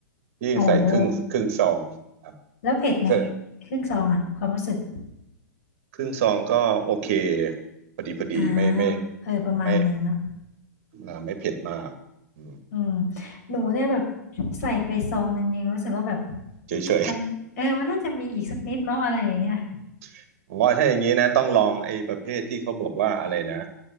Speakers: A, on the right; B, on the left.
A: พี่ใส่ครึ่งครึ่งซองครับ
B: โอ้โหแล้วเผ็ดไหม
A: ผมใส่
B: ครึ่งซองอ่ะความรู้สึก
A: ครึ่งซองก็โอเคพอดีพอดีไม่ไม่
B: อ่าเออประมาณหนึ่งเนอะ
A: ไม่เอ่อไม่เผ็ดมากอืม
B: อืมหนูเนี่ยแบบใส่ไปซองหนึ่งยังรู้สึกว่าแบบ
A: เฉย
B: มันเออมันน่าจะมีอีกสักนิดเนาะอะไรอย่างเงี้ย
A: ๆผมว่าถ้าอย่างนี้นะต้องลองไอ้ประเภทที่เขาบอกว่าอะไรนะ